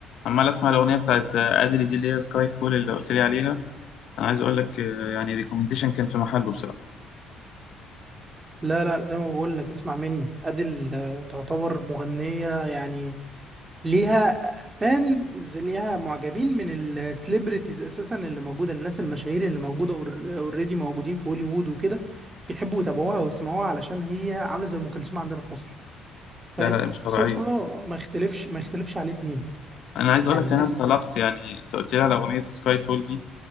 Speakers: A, on the left; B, on the right.
A: عمال اسمع الاغنيه بتاعت ادلي دي اللي هي سكاي فول اللي قلت لي عليها انا عايز اقول لك آه، يعني ريكومنديشن كان في محله بصراحه
B: لا لا زي ما بقول لك اسمع مني أديل آه، تعتبر مغنية يعني ليها فان إز- ليها معجبين من السليبرتيز اساسا اللي موجوده الناس المشاهير اللي موجوده اوريدي موجودين في هوليوود وكده بيحبوا يتابعوها ويسمعوها علشان هي عامله زي ام كلثوم عندنا في مصر فاهم
A: لا لا مش طبيعيه
B: صوتها ما يختلفش ما يختلفش عليه اتنين
A: انا عايز
B: يعني
A: اقول لك
B: الناس
A: انا انطلقت يعني انت قلت لي على اغنيه سكاي فول دي